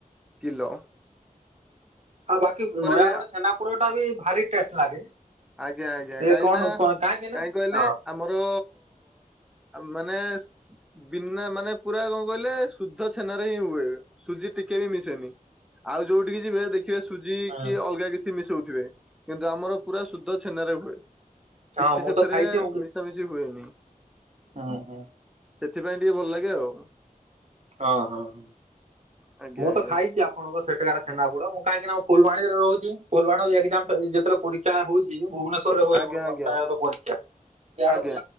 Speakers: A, in the centre; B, on the right.
A: କିଲ।
B: ଆଉ ବାକି ନୟାଗଡ
A: ବି
B: ଛେନାପୋଡଟା ବି ଭାରି ଟେଷ୍ଟ ଲାଗେ।
A: ଆଜ୍ଞା ଆଜ୍ଞା
B: ଏ
A: କାହିଁକି
B: କଣ
A: ନା
B: କଣ କାହିଁକି ନା
A: କାହିଁ କହିଲେ
B: ହଁ
A: ଆମର ମାନେ। ବିନା ମାନେ ପୁରା କଣ କହିଲେ ଶୁଦ୍ଧ ଛେନାରେ ହିଁ ହୁଏ ସୁଜି ଟିକେବି ମିଶେନି। ଆଉ ଯୋଉଠିକି ଯିବେ ଦେଖି କି ସୁଜି
B: ହଁ
A: କିଅଲଗା କିଛି ମିଶଉଥିବେ କିନ୍ତୁ ଆମର ପୁରା ଶୁଦ୍ଧ ଛେନାରେ ହୁଏ।
B: ହଁ
A: କିଛି
B: ମୁଁ
A: ସେଥିରେ
B: ତ ଖାଇଛି ମୁଁ
A: ମିଶାମିଶି ହୁଏନି।
B: ହଁ ହଁ।
A: ସେଥିପାଇଁ ଟିକେ ଭଲ ଲାଗେ ଆଉ।
B: ହଁ ହଁ ହଁ
A: ଆଜ୍ଞା
B: ମୁଁ
A: ଆଜ୍ଞା
B: ତ ଖାଇଛି ଆ ଆପଣଙ୍କ ସେଠାକାର ଚେନାପୁଡ ମୁଁ କାହିଁକିନା ମୁଁ ଫୁଲବାଣୀରେ ରହୁଛି ଫୁଲବାଣୀ ଏକ୍ଜାମ ଯେତବେଳେ ପରୀକ୍ଷା ହଉଛି ଭୁବନେଶ୍ୱର <unintelligible> ହୁଏ
A: ଆଜ୍ଞା
B: ଆମର
A: ଆଜ୍ଞା
B: <unintelligible> ପରୀକ୍ଷା <unintelligible>
A: ଆଜ୍ଞା